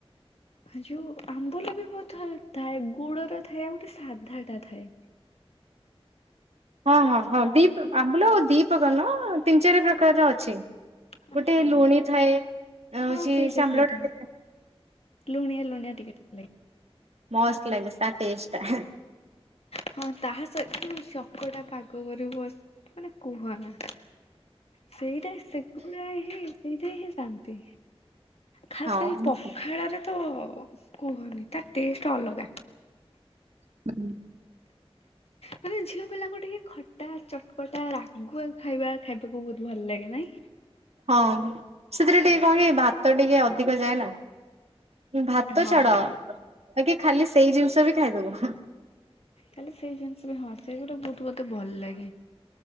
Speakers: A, on the left; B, on the right.
A: ହେ ଯୋଉ ଆମ୍ବୁଲ ବି ବହୁତ ଥାଏ ଗୁଡର ଥାଏ ଆଉ ଗୋଟେ ସାଧା ଟା ଥାଏ।
B: ହଁ ହଁ ହଁ ଦୀପ ଆମ୍ବୁଲ ଦୀପ୍ରକର ନୁହ ତିନି ଚାରି ପ୍ରକାରର ଅଛି।
A: ହଁ
B: ଗୋଟେ ଲୁଣୀ ଥାଏ ଅ ହଉଛି
A: ହଁ ସେଇଟା
B: ସେ <unintelligible>
A: ସେଇଟା ଲୁଣିଆ ଲୁଣିଆ ଟିକେ ଟିକେ ଲାଗେ।
B: ମସ୍ ଲାଗେ ତା ଟେଷ୍ଟଟା ହାଁ।
A: ହଁ ତା ସହିତ ଯୋ ଚକଟା ପାଗ କରିବୁ ବ ମାନେ କୁହ ନା। ସେଇଟା ସେଗୁଡା ହିଁ ସେଇଠା ହିଁ ଶାନ୍ତି। ଖାସ
B: ହଁ
A: କରି ପଖାଳରେ ତ କୁହନି ତା ଟେଷ୍ଟ ଅଲଗା।
B: ହୁଁ।
A: ମାନେ ଝିଅ ପିଲାଙ୍କୁ ଟିକେ ଖଟା ଚଟପଟା ରାଗୁଆ ଖାଇବା ଖାଇବାକୁ ବହୁତ ଭଲ ଲାଗେ ନାଇଁ।
B: ହଁ ସେଥିରେ ଟିକେ କଣ କି ଭାତ ଟିକେ ଅଧିକ ଯାଏ ନା। ଭାତ
A: ହଁ
B: ଛାଡ କି ଖାଲି ସେଇ ଜିନିଷ ବି ଖାଇଦବୁ। ହୁଁ
A: ଖାଲି ସେଇ ଜିନିଷ ବି ହଁ ସେଇ ଗୁରା ବହୁତ ମତେ ଭଲ ଲାଗେ।